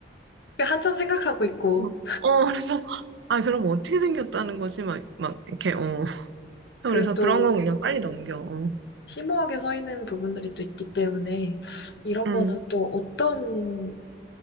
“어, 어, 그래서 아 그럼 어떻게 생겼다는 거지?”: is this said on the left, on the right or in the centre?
Right